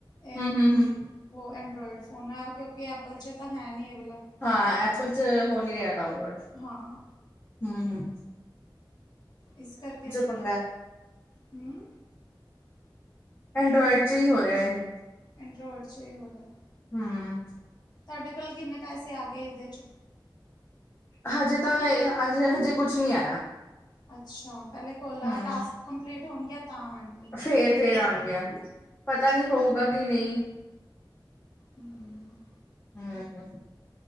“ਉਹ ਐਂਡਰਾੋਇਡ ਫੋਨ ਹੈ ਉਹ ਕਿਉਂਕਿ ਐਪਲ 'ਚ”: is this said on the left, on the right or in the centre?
Left